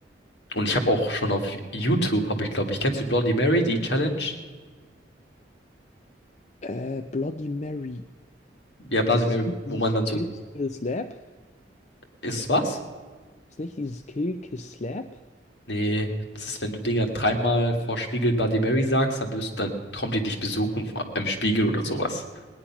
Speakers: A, on the left; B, on the left.
A: Und ich habe auch schon auf YouTube, habe ich, glaube ich, kennst du Bloody Mary, die Challenge?
B: Äh, Bloody Mary.
A: Ja, Bloody
B: Ist
A: Mary,
B: es nicht dieses
A: wo man dann so,
B: Kill, Kill, Slap?
A: ist es was?
B: Ist nicht dieses Kill, Kiss, Slap?
A: Nee, das ist, wenn du Dinger dreimal vor Spiegel Bloody Mary sagst, dann wirst, dann kommt die dich besuchen vor- im Spiegel oder sowas.